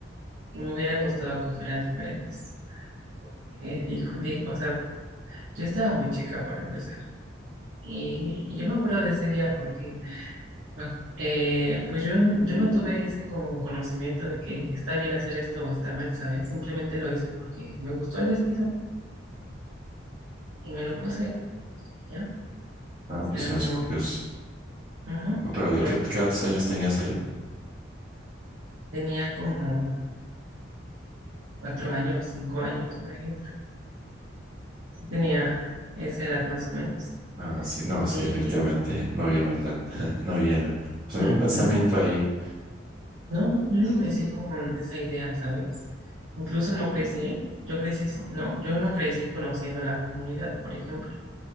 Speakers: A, on the right; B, on the right.
A: que me hubiera gustado que fueran diferentes. Porque dijo, di- o sea, yo estaba muy chica para empezar. Y, y yo me acuerdo de ese día porque Va- eh, pues yo, yo no tuve ese como conocimiento de que está bien hacer esto o está mal, ¿sabes? Simplemente lo hice porque me gustó el vestido y me lo puse, ¿ya?
B: Ah,
A: O sea,
B: pues se
A: no,
B: me hace curioso.
A: ajá,
B: Pero ¿de
A: porque
B: qué, qué otros años tenías ahí?
A: tenía como cuatro años, cinco años, por ejemplo. Sí Tenía esa edad más o menos.
B: Ah, sí, no, sí,
A: Y
B: definitivamente no había maldad. <laughs> No había, pues algún
A: mm,
B: pensamiento
A: no,
B: ahí.
A: no, no, yo no crecí con esa idea, ¿sabes? Incluso no crecí, yo crecí, no, yo no crecí conociendo la comunidad, por ejemplo.